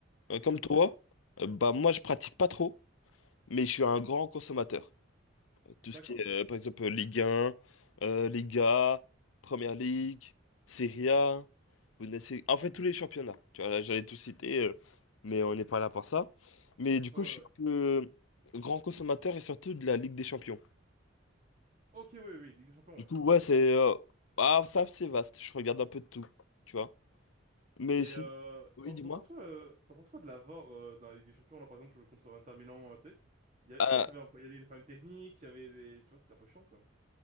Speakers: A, on the left; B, on the right.
A: Euh,
B: Ok,
A: comme toi, euh, bah, moi, je pratique pas trop, mais je suis un grand consommateur. Euh, Tout
B: d'accord.
A: ce qui est, euh, par exemple, Ligue un euh, Liga, Première Ligue, Serie A, Bundesliga. En
B: Mhm.
A: fait, tous les championnats. Tu vois, là, j'allais tout citer, euh, mais on n'est pas là pour ça. Mais du coup,
B: Ouais,
A: je suis
B: ouais.
A: un peu grand consommateur et surtout de la Ligue des Champions.
B: Ok, oui, oui, Ligue des Champions,
A: Du
B: ouais.
A: coup, ouais, c'est... euh, Ah, ça, c'est vaste. Je regarde un peu de tout, tu vois. Mais
B: Et
A: sinon...
B: euh,
A: Oui,
B: t'en
A: dis-moi.
B: t'en penses quoi, euh, t'en penses quoi de la VAR euh, dans la Ligue des Champions là par exemple contre Inter Milan, euh, tu sais? Il y a-
A: Euh,
B: en fait, il y avait, un- il y avait des problèmes techniques, il y avait des, tu vois, c'est un peu chiant quand même.